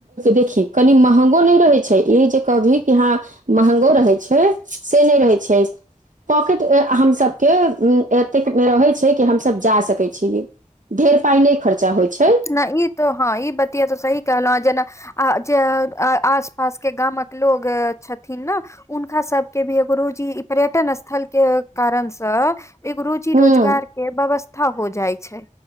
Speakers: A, on the right; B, on the left.
A: देखी कनि महंगो नहि रहे छै ई जे कहभी कि यहा महगो रहै छै से नहि रहै छै पॉकेट हमसब के एतेक मे रहै छै कि हमसब जा सकै छीय ढेर पाई नहि खर्चा होइ छै
B: नहि ई तो हँ ई बतिया तऽ सही कहलहु ह जेना आ जे आस पास के गामक लोग छथिन ने हुनका सबके भी एगो रोजी पर्यटन स्थल के कारण सँ एगो रोजी
A: हूँ
B: रोजगार के व्यवस्था हो जाय छै